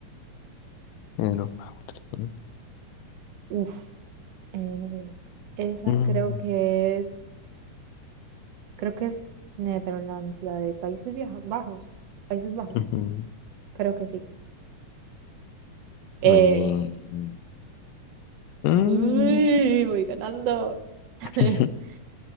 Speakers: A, on the left; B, on the right.
A: Europa. otro, ¿no?
B: Uf, eh, esa
A: Mm,
B: creo que es, creo que es Netherlands, la de Países Vieja- Bajos, Países Bajos,
A: ujú.
B: creo que sí. Eh,
A: Muy bien. Mm.
B: uy, voy ganando. <laughs>
A: <laughs>